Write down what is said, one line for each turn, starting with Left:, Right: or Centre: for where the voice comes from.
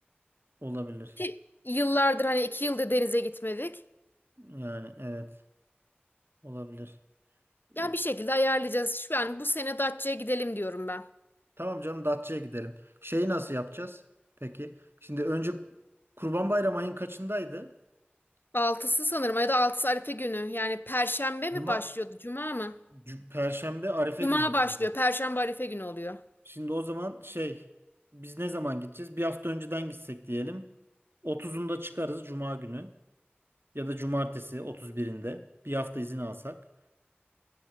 Right: Olabilir.
Left: Ki yıllardır hani iki yıldır denize gitmedik.
Right: Yani evet olabilir.
Left: Yani
Right: Ee,
Left: bir şekilde ayarlayacağız. Şu yani bu sene Datça'ya gidelim diyorum ben.
Right: tamam canım Datça'ya gidelim. Şeyi nasıl yapacağız? Peki. Şimdi önce Kurban Bayramı ayın kaçındaydı?
Left: Altısı sanırım ya da altısı Arife günü. Yani Perşembe mi
Right: Cuma,
Left: başlıyordu, Cuma mı?
Right: C- Perşembe Arife
Left: Cuma
Right: günüydü.
Left: başlıyor, Perşembe Arife günü oluyor.
Right: Şimdi o zaman şey biz ne zaman gideceğiz? Bir hafta önceden gitsek diyelim. otuzunda çıkarız Cuma günü. ya da cumartesi 31'inde bir hafta izin alsak.